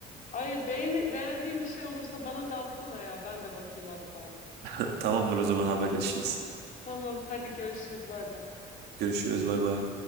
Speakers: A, on the left; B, on the right.
A: Ay beğeni, beğendiğin bir şey olursa bana da atsana ya ben de bakayım hatta.
B: <laughs> Tamamdır o zaman haberleşiriz.
A: Tamam hadi görüşürüz bay bay.
B: Görüşürüz bay bay.